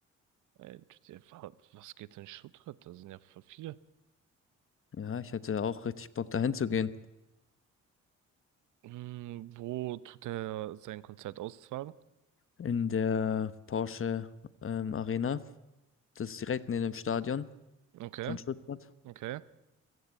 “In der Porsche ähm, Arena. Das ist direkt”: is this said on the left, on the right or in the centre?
Left